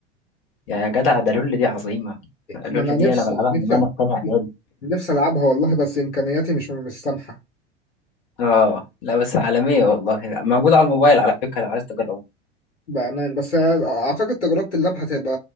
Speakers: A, on the left (about 55°); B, on the left (about 85°).
A: يا جدع ده لول دي عظيمه لول
B: ما انا
A: دي
B: نفسي
A: انا بلعبها
B: نفسي
A: من وانا في تانية اعدادي
B: نفسي العبها والله بس امكانياتي مش مش سامحه
A: اه لا بس عالميه والله موجوده على الموبايل على فكره لو عايز تجربها
B: بامان بس اعتقد تجربه اللعب هتبقى